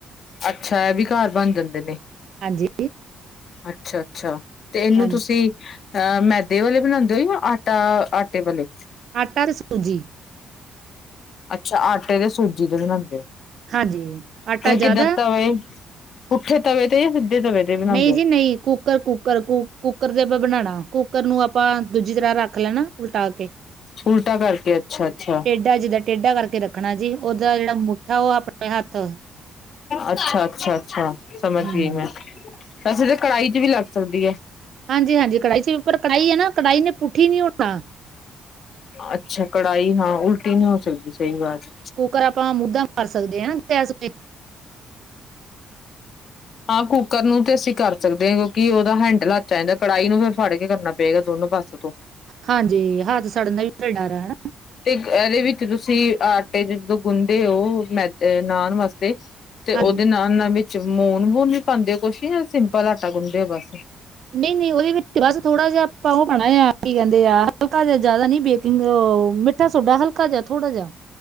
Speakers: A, on the left; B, on the right.
A: ਅੱਛਾ ਇਹ ਵੀ ਘਰ ਬਨ ਜਾਂਦੇ ਨੇ।
B: ਹਾਂਜੀ
A: ਅੱਛਾ ਅੱਛਾ ਤੇ ਇਹਨੂੰ
B: ਹਾਂਜੀ
A: ਤੁਸੀਂ ਅਹ ਮੈਦੇ ਵਾਲੇ ਬਣਾਦੇ ੳ ਯਾ ਆਟਾ ਆਟੇ ਵਾਲੇ
B: ਆਟਾ ਤੇ ਸੂਜੀ
A: ਅੱਛਾ ਆਟੇ ਤੇ ਸੂਜੀ ਤੇ ਬਣਾਉਦੇ ੳ
B: ਹਾਂਜੀ ਆਟਾ
A: ਤੇ ਕਿੱਦਾਂ
B: ਜ਼ਿਆਦਾ
A: ਤਵੇ ਪੁਠੇ ਤਵੇ ਤੇ ਯਾ ਸਿੱਦੇ ਤਵੇ ਤੇ ਬਣਾਉਂਦੇ
B: ਨਹੀਂ
A: ਹੋ?
B: ਜੀ ਨਹੀਂ ਕੂੱਕਰ ਕੂੱਕਰ ਕੂੱਕਰ ਤੇ ਆਪਾਂ ਬਨਾਣਾ ਕੂੱਕਰ ਨੂੰ ਆਪਾਂ ਦੂਜੀ ਤਰ੍ਹਾਂ ਰੱਖ ਲੈਨਾ। ਉਲਟਾ ਕੇ
A: ਉਲਟਾ ਕਰਕੇ ਅੱਛਾ ਅੱਛਾ
B: ਟੇਢਾ ਜਿੱਦਾਂ ਟੇਢਾ ਕਰਕੇ ਰੱਖਣਾ ਜੀ ਉਹਦਾ ਜਿਹੜਾ ਮੁੱਠਾ ਉਹ ਆਪਣੇ ਹੱਥ
A: ਅੱਛਾ ਅੱਛਾ ਅੱਛਾ ਸਮਜ
B: ਹੂੰ
A: ਗਈ ਮੈਂ। ਵੈਸੇ ਤੇ ਕੜਾਹੀ ਚ ਵੀ ਲੱਗ ਸਕਦੀ ਏ।
B: ਹਾਂਜੀ ਹਾਂਜੀ ਕੜਾਹੀ ਚ ਪਰ ਕੜਾਹੀ ਏ ਨਾ ਕੜਾਹੀ ਨੇ ਪੁੱਠੀ ਨੀ ਹੋਣਾ
A: ਅੱਛਾ, ਕੜਾਹੀ ਨਾਂ ਉਲਟੀ ਨ੍ਹੀਂ ਹੋ ਸਕਦੀ। ਸਈ ਵਾਤ ਏ।
B: ਕੁਕਰ ਆਪਾਂ ਮੁਧਾ ਮਾਰ ਸਕਦੇ ਆਂ। ਹਨਾਂ, ਗੈਸ ਤੇ।
A: ਹਾਂ ਕੁੱਕਰ ਨੂੰ ਤੇ ਅਸੀਂ ਕਰ ਸਕਦੇ ਆਂ ਕਿਉਂਕਿ ਓਦਾ ਹੈਂਡਲ ਹੱਥ ਚ ਆ ਜਾਂਦਾ। ਕੜਾਹੀ ਨੂੰ ਫਿਰ ਫੜ ਕੇ ਕਰਨਾ ਪੇਗਾ ਦੋਨੋਂ ਪਾਸੇ ਤੋਂ।
B: ਹਾਂਜੀ, ਹੱਥ ਸੜਨ ਦਾ ਵੀ ਫਿਰ ਡਰ ਐ, ਹਨਾਂ।
A: ਤੇ ਏਦੇ ਵਿੱਚ ਤੁਸੀਂ ਆਟੇ ਜਦੋਂ ਗੁੰਣਦੇ ਓ, ਮੇਦ ਨਾਨ ਵਾਸਤੇ ਤੇ
B: ਹਾਂਜੀ
A: ਓਦੇ ਨਾਨਾਂ ਵਿੱਚ ਲੂਣ ਵੂਣ ਵੀ ਪਾਂਦੇ ਓ ਕੁਛ ਜਾਂ ਸਿੰਪਲ ਆਟਾ ਗੁੰਣਦੇ ਓ ਬਸ।
B: ਨਈਂ ਨਈਂ, ਓਦੇ ਵਿੱਚ ਬਸ ਥੋੜਾ ਜਿਆ ਆਪਾਂ ਓ ਪਾਣਾਂ ਆਂ ਕੀ ਕੈਂਦੇ ਆ, ਹਲਕਾ ਜਿਆ ਜ਼ਿਆਦਾ ਨੀਂ ਬੇਕਿੰ ਓ ਮਿੱਠਾ ਸੋਡਾ, ਹਲਕਾ ਜਿਆ, ਥੋੜ੍ਹਾ ਜਿਆ।